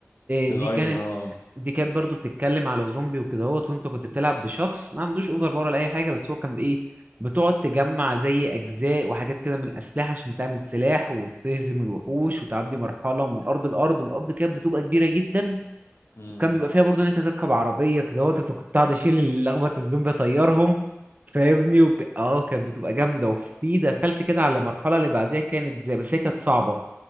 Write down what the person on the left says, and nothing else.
ديد
ايلاند
اه
امم